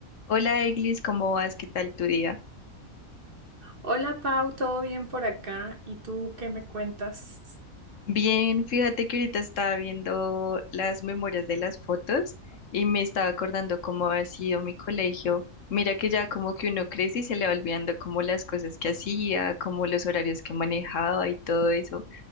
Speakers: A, on the left; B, on the right.
A: Hola Eglis, ¿cómo vas? ¿Qué tal tu día?
B: Hola Pau, ¿todo bien por acá? ¿Y tú qué me cuentas?
A: Bien, fíjate que ahorita estaba viendo las memorias de las fotos y me estaba acordando cómo ha sido mi colegio. Mira que ya como que uno crece y se le va olvidando como las cosas que hacía, como los horarios que manejaba y todo eso.